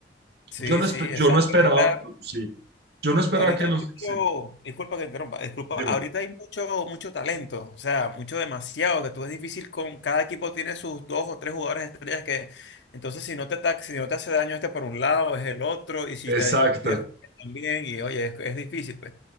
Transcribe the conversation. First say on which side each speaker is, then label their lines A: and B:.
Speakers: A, on the left; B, on the right.
A: sí,
B: Yo no,
A: sí,
B: espe- yo
A: exacto.
B: no esperaba,
A: ahorita
B: sí, yo no esperaba
A: Ahorita
B: que
A: hay
B: los...
A: mucho,
B: sí,
A: disculpa que interrumpa, disculpa,
B: dime.
A: ahorita hay mucho, mucho talento, o sea, mucho demasiado, que tú es difícil con, cada equipo tiene sus dos o tres jugadores estrellas que, entonces si no te ataca, si no te hace daño este por un lado, es el otro, y si
B: Exacto,
A: te descuidas también, y oye, es, es difícil, pues.